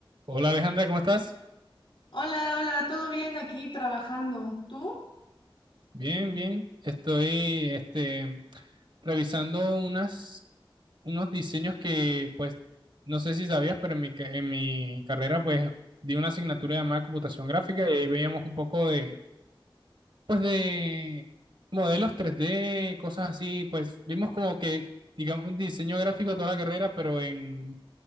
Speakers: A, on the right; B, on the left.
A: Hola Alejandra, ¿cómo estás?
B: Hola, hola, ¿todo bien aquí trabajando? ¿Tú?
A: Bien, bien. Estoy este, revisando unas, unos diseños que, pues, no sé si sabías, pero en mi, ca- en mi carrera, pues, di una asignatura llamada computación gráfica y ahí veíamos un poco de, pues, de modelos tres d cosas así. Pues, vimos como que, digamos, un diseño gráfico toda la carrera, pero en,